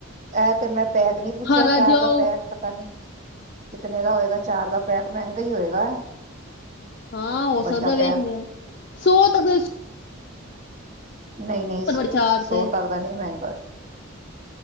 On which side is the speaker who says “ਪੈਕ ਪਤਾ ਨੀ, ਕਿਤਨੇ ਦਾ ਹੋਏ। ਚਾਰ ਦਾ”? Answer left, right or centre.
Right